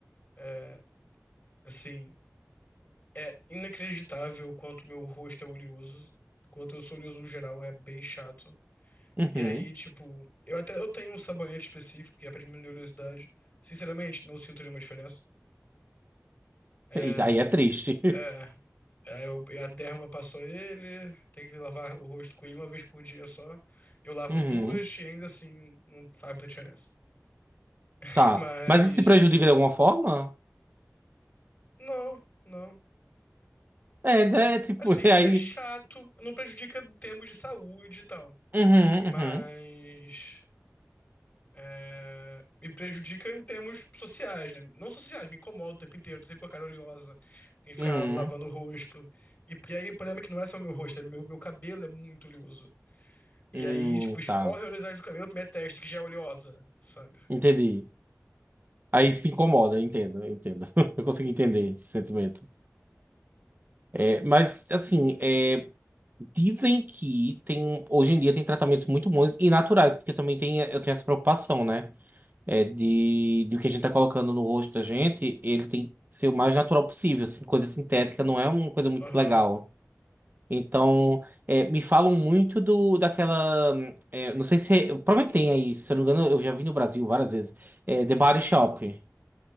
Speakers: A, on the left (about 35°); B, on the right (about 35°).
A: É, assim, é inacreditável o quanto meu rosto é oleoso. O Quanto eu sou oleoso no geral, é bem chato.
B: Uhum.
A: E aí, tipo, eu até eu tenho um sabonete específico que é pra diminuir a oleosidade. Sinceramente, não sinto nenhuma diferença. É,
B: E aí é triste. <laughs>
A: é, é, eu, a derma passou ele, tem que lavar o rosto com ele uma vez por dia só. Eu lavo
B: Uhum.
A: duas e ainda assim não faz muita diferença. <laughs>
B: Tá.
A: Mas,
B: Mas isso te prejudica de alguma forma?
A: não, não.
B: É, né? Tipo,
A: Assim,
B: <laughs> e aí.
A: é chato, não prejudica em termos de saúde e tal.
B: Uhum,
A: Mas.
B: uhum,
A: É, me prejudica em termos sociais, né? Não só sociais, me incomoda o tempo inteiro, tô sempre com a cara oleosa, tem que ficar
B: uhum.
A: lavando o rosto. E, e aí o problema é que não é só meu rosto, é meu, meu cabelo é muito oleoso. E
B: Hum,
A: aí, tipo, escorre
B: tá.
A: a oleosidade do cabelo pra minha testa, que já é oleosa, sabe?
B: Entendi. Aí isso te incomoda, eu entendo, eu entendo. <laughs> Eu consigo entender esse sentimento. É, mas, assim, é, dizem que tem, um, hoje em dia tem tratamentos muito bons e naturais, porque também tem, eu tenho essa preocupação, né? É, de, de o que a gente tá colocando no rosto da gente, ele tem que ser o mais natural possível, assim, coisa sintética não é uma coisa muito
A: Aham.
B: legal. Então, é, me falam muito do daquela. é, não sei se. eu Provavelmente tem aí, se eu não me engano, eu já vi no Brasil várias vezes. É, The Body Shop,